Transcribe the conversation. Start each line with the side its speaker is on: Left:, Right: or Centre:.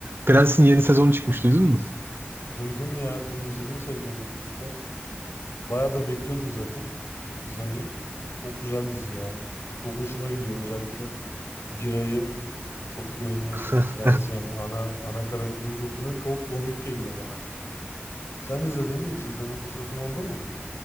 Right: Prens'in yeni sezonu çıkmış duydun mu?
Left: Duydum ya. Dün izledim sevgilimle birlikte. Bayağıdır bekliyordum zaten izlemeyi. Çok güzel dizi ya. Çok hoşuma gidiyor. Özellikle Giray'ı çok beğeniyorum.
Right: <laughs>
Left: Prens yani ana ana karakterini çok beğeniyorum. Çok komik geliyor bana. Sen izledin mi hiç? İzleme fırsatın oldu mu?